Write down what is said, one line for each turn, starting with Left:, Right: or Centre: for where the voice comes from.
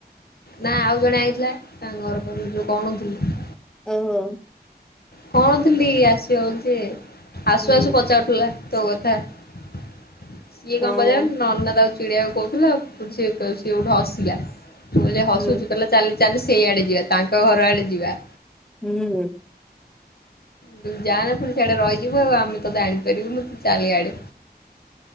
Left: ନା ଆଉ ଜଣେ ଆଇଥିଲା ତାଙ୍କ ଘର ପାଖରୁ ଯୋଉ କହୁନଥିଲି।
Centre: ହଉ ହଉ।
Left: କହୁଥିଲି ଆସିବ ବୋଲି ଯେ ଆସୁ
Centre: ହୁଁ
Left: ଆସୁ ପଚାରୁ ଥିଲା ତୋ କଥା ସିଏ
Centre: ହଁ
Left: କଣ କହିଲା ନନା ତାକୁ ଚିଡଆକୁ କହୁଥିଲା ଆଉ ପ ସେଠୁ ହସିଲା। ମୁଁ ଯେ ହସୁଚୁ
Centre: ହୁଁ
Left: କହିଲ ଚାଲି ଚାଲି ସେଇଆଡେ ଯିବା ତାଙ୍କ ଘର ଆଡେ ଯିବା।
Centre: ହୁଁ ହୁଁ।
Left: ତୁ ଯାହାନା ପୁଣି ସେଆଡେ ରହିଯିବୁ ଆଉ ଆମେ ତତେ ଆଣିପାରିବୁନି ଚାଲେଆଡେ।